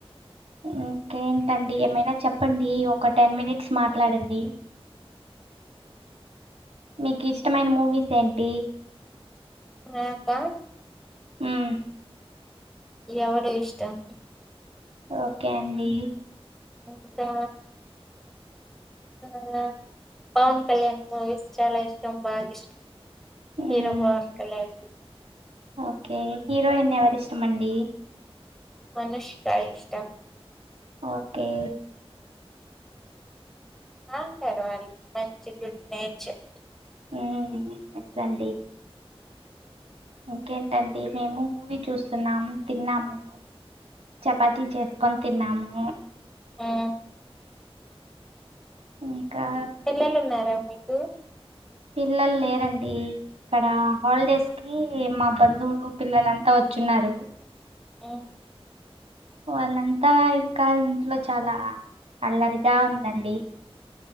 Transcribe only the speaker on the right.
ఇంకేం <unintelligible> ఏమైనా చెప్పండి ఒక టెన్ మినిట్స్ మాట్లాడండి, మీకు ఇష్టమైన మూవీస్ ఏంటి.
ఉమ్
ఓకే అండి
మ్మ్
<unintelligible> హీరోయిన్ ఎవరు ఇష్టమండి
ఓకే
మ్మ్ ఎస్ అండి ఇంకేంటండి మేము మూవీ చూస్తున్నాం తిన్నాము, చపాతీ చేసుకొని తిన్నాము.
ఇంకా
పిల్లలు లేరండి ఇక్కడ హాలిడేస్ కి మా బంధువులు పిల్లలంతా వచ్చున్నారు
వాళ్ళంతా ఇంకా ఇంట్లో చాలా అల్లరిగా ఉందండి